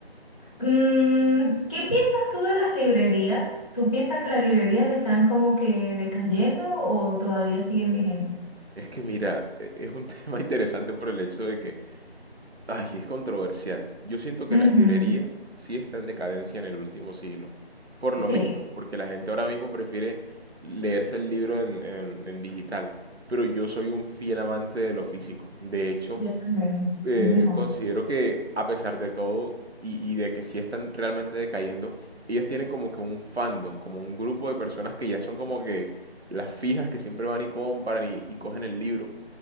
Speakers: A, on the left; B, on the right.
A: Mm, ¿qué piensas tú de las librerías? ¿Tú piensas que las librerías están como que decayendo o todavía siguen vigentes?
B: Es que mira, e- es un <laughs> tema interesante por el hecho de que Ay, es controversial. Yo siento que
A: Ujú,
B: la librería sí está en decadencia en el último siglo. Por lo
A: Sí,
B: mismo, porque la gente ahora mismo prefiere leerse el libro en, en- en digital. Pero yo soy un fiel amante de lo físico. De hecho,
A: yo también,
B: eh,
A: es mejor.
B: considero que a pesar de todo y, y de que sí están realmente decayendo, ellas tienen como que un fandom, como un grupo de personas que ya son como que las fijas que siempre van y compran y y cogen el libro